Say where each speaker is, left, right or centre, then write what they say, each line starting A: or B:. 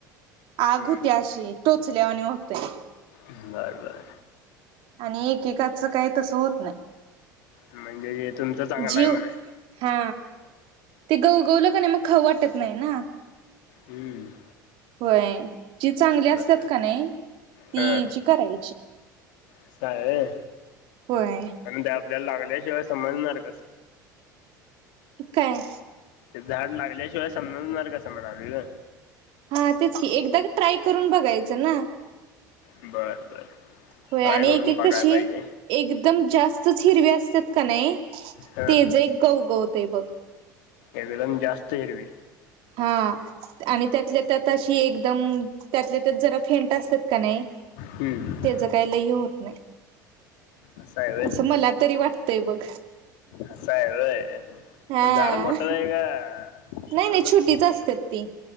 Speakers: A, on the right; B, on the left.
A: आग
B: हम्म
A: हुत्या अशी टोचल्यावाणी हुतय.
B: बरं बर.
A: आणि एकेकाचं काही तसं होत नाही.
B: म्हणजे तुमचं चांगलंय
A: जीव
B: म्हणाय
A: हा ते गवगवलं कणी मग खाऊ वाटत नाही ना.
B: हम्म.
A: होय जी चांगली असत्यात
B: बर
A: कनय ती
B: हा
A: जी करायची.
B: असं हाय होय
A: होय
B: आणि ते आपल्याला लागल्याशिवाय समजणार कसं?
A: काय?
B: ते झाड लागल्याशिवाय समजणार कसं म्हणालोय न
A: हा तेच की, एकदा ग ट्राय करून बघायचं ना.
B: बर बर.
A: होय
B: ट्राय
A: आणि
B: करून
A: एक एक
B: बघाय
A: कशी,
B: पाहिजे
A: एकदम जास्तच हिरवी असत्यात क नय
B: ह
A: तेज एक गवगवतय बघ.
B: एकदम जास्त एरवी
A: हा आणि त्यातल्या त्यात अशी एकदम, त्यातल्या त्यात जरा फेंट असत्यात कनय
B: हम्म
A: तेज काय लय हे होत नाय.
B: असं आहे व्हय
A: <unintelligible> मला तरी वाटतंय बघ.
B: असं आहे व्हय
A: हा
B: पण झाड मोठं आहे का
A: नाही
B: एवढंच
A: नाही
B: आहे
A: छोटीच असत्यात ती,